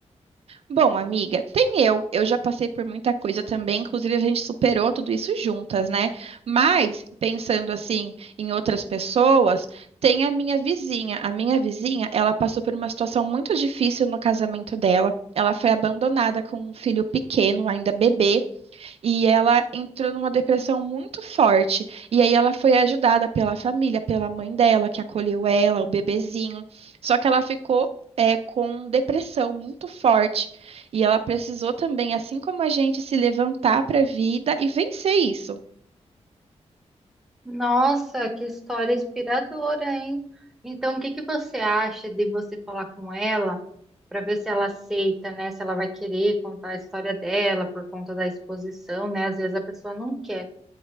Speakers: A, on the right; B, in the centre.
A: Bom, amiga, tem eu. Eu já passei por muita coisa também, inclusive a gente superou tudo isso juntas, né? Mas, pensando assim em outras pessoas, tem a minha vizinha. A minha vizinha, ela passou por uma situação muito difícil no casamento dela. Ela foi abandonada com um filho pequeno, ainda bebê. E ela entrou numa depressão muito forte. E aí ela foi ajudada pela família, pela mãe dela, que acolheu ela, o bebezinho. Só que ela ficou. é, com depressão muito forte. E ela precisou também, assim como a gente, se levantar para a vida e vencer isso.
B: Nossa, que história inspiradora, hein? Então, o que que você acha de você falar com ela para ver se ela aceita, né? Se ela vai querer contar a história dela por conta da exposição, né? Às vezes a pessoa não quer.